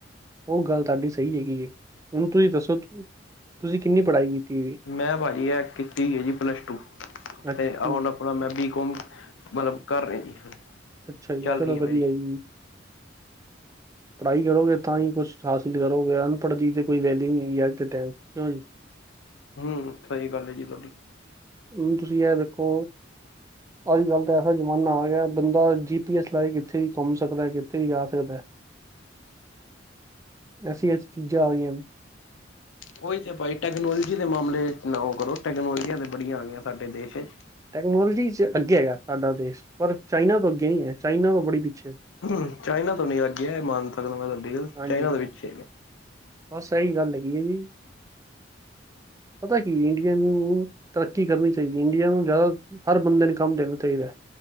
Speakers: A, on the right; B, on the left.
A: ਉਹ ਗੱਲ ਤੁਹਾਡੀ ਸਹੀ ਹੈਗੀ ਹੈ ਹੁਣ ਤੁਸੀਂ ਦੱਸੋ ਤੁਸੀਂ ਕਿੰਨੀ ਪੜ੍ਹਾਈ ਕੀਤੀ ਵੀ
B: ਮੈਂ ਭਾਅ ਜੀ ਇਹ ਕੀਤੀ ਗਈ ਜੀ ਪਲੱਸ ਟੂ ਅਤੇ
A: ਅੱਛਾ
B: ਹੁਣ ਆਪਣਾ ਮੈਂ ਬੀਕਮ ਮਤਲਬ ਕਰ ਰਹੇ ਜ ਹ
A: ਅੱਛਾ ਜੀ
B: ਚੱਲ
A: ਚਲੋ
B: ਰਹੀ
A: ਵਧੀਆ
B: ਹ ਮੇਰੀ
A: ਜੀ ਪੜ੍ਹਾਈ ਕਰੋਗੇ ਤਾਂ ਹੀ ਕੁਛ ਹਾਸਿਲ ਕਰੋਗੇ ਅਨਪੜ੍ਹ ਦੀ ਤੇ ਕੋਈ ਵੈਲਿਊ ਨਹੀਂ ਹੈ ਟਾਈਮ ਹਮ
B: ਹਮ ਸਹੀ ਗੱਲ ਹੈ ਜੀ ਤੁਹਾਡੀ
A: ਹੁਣ ਤੁਸੀਂ ਇਹ ਦੇਖੋ ਅੱਜ ਕੱਲ ਤਾਂ ਐਸਾ ਜ਼ਮਾਨਾ ਆ ਗਿਆ ਬੰਦਾ ਜੀ ਪੀ ਐੱਸ ਲਾਈ ਕਿੱਥੇ ਵੀ ਘੁੰਮ ਸਕਦਾ ਕਿੱਥੇ ਵੀ ਜਾ ਸਕਦਾ ਐਸੀ ਐਸੀ ਚੀਜ਼ਾਂ ਆ ਗਈਆਂ ਹਨ
B: ਉਹੀ ਤੇ ਭਾਈ ਟੈਕਨੋਲੋਜੀ ਦੇ ਮਾਮਲੇ ਨਾ ਉਹ ਕਰੋ ਟੈਕਨੋਲੋਜੀਆਂ ਤੇ ਬੜੀਆਂ ਆ ਗਈਆਂ ਸਾਡੇ ਦੇਸ਼ ਵਿੱਚ
A: ਟੈਕਨੋਲੋਜੀ ਚ ਅੱਗੇ ਹੈਗਾ ਸਾਡਾ ਦੇਸ਼ ਪਰ ਚਾਈਨਾ ਤੋਂ ਅੱਗੇ ਨਹੀਂ ਹੈ ਚਾਈਨਾ ਤੋਂ ਬੜੀ ਪਿੱਛੇ
B: ਹਮ ਚਾਈਨਾ ਤੋਂ ਨੀ ਲੱਗਿਆ ਮੰਨ ਸਕਦਾ ਮੈਂ ਸਾਡੀ ਗ
A: ਹਾਂਜੀ
B: ਚਾਈਨਾ ਦੇ ਵਿੱਚ
A: ਬਸ ਇਹੀ ਗੱਲ ਹੈਗੀ ਹੈ ਜੀ ਪਤਾ ਕੀ ਇੰਡੀਆ ਨੂੰ ਤਰੱਕੀ ਕਰਨੀ ਚਾਹੀਦੀ ਇੰਡੀਆ ਨੂੰ ਜ਼ਿਆਦਾ, ਹਰ ਬੰਦੇ ਨੂੰ ਕੰਮ ਦੇਣਾ ਚਾਹੀਦਾ।